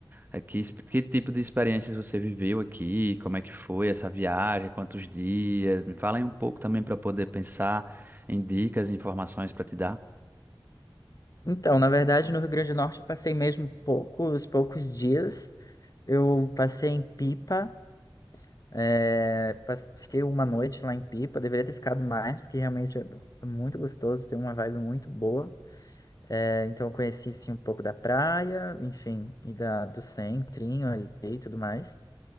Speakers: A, on the right (about 20°); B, on the left (about 40°).
A: É, Que, es- que tipo de experiências você viveu aqui? Como é que foi essa viagem? Quantos dias? Me fala aí um pouco também para poder pensar em dicas e informações para te dar.
B: Então, na verdade, no Rio Grande do Norte eu passei mesmo poucos poucos dias. Eu passei em Pipa É, pas- fiquei uma noite lá em Pipa, deveria ter ficado mais, porque realmente é é muito gostoso, tem uma vibe muito boa. É, então eu conheci sim um pouco da praia, enfim, e da, do centrinho ali e tudo mais.